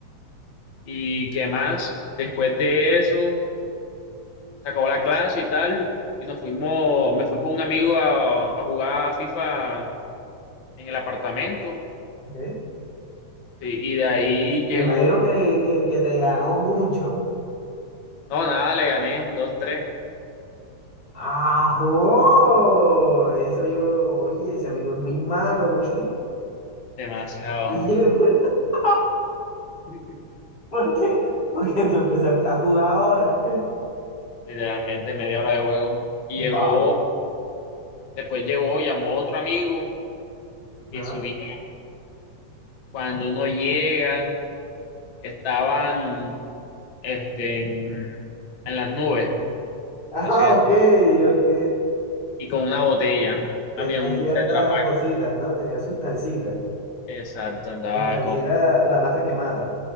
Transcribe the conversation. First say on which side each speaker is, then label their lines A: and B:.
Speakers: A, on the left; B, on the left.
A: ¿Y qué más? Después de eso. se acabó la clase y tal, y nos fuimos, me fui con un amigo a, a jugar FIFA en el apartamento,
B: ¿ok?
A: sí, y de ahí llegó,
B: Me imagino que, que, que te ganó mucho.
A: no, nada, le gané, dos, tres,
B: ¡Ajo! Ese amigo, oye, ese amigo es muy malo porque,
A: demasiado,
B: <laughs> oye, pues, <laughs>
A: <laughs>
B: ¿Por qué? Porque tú empezaste a jugar ahora.
A: literalmente media hora de juego, y
B: Wow.
A: llegó, después llegó, llamó otro amigo, y
B: Ajá.
A: subí,
B: <laughs>
A: cuando uno llega, estaban, este, en, en las nubes,
B: Ah,
A: por así es,
B: ok, ok.
A: y con una botella,
B: Tenía
A: había un
B: ciertas
A: tetrapack,
B: cositas, ¿no? Tenía sustancitas.
A: exacto, andaba
B: Sustancita,
A: con
B: la mata que mata.